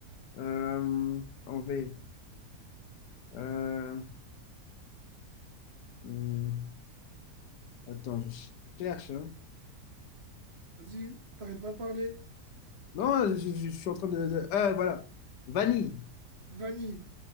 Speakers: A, on the left; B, on the right.
A: Euh, en V. Euh, hmm, attends, je cherche. hein.
B: Vas-y, t'arrêtes pas de parler.
A: Non, je, je- je suis en train de. de- euh, voilà. Vanille.
B: Vanille,